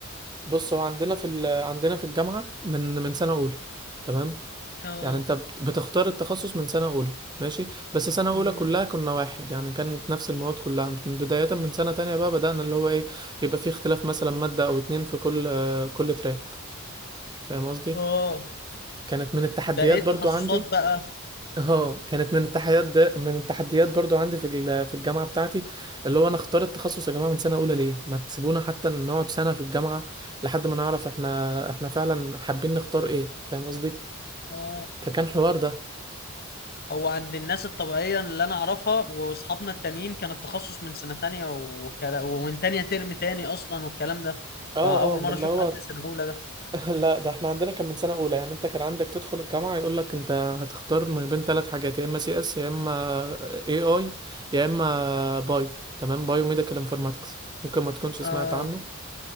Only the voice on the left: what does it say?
اه
امم
اه
ده ايه التخصصات
بقى
اه
هو عند الناس الطبيعية اللي انا اعرفها واصحابنا التانيين كان التخصص من سنة تانية وكلا... ومن تانية ترم تاني اصلا والكلام ده
فاول
مرة
اشوف
حد سنة اولى ده
اه